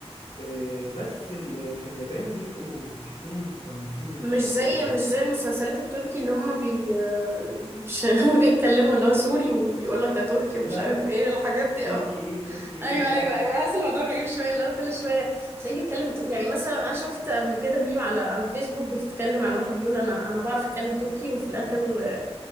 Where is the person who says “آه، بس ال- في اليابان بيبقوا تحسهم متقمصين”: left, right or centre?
Left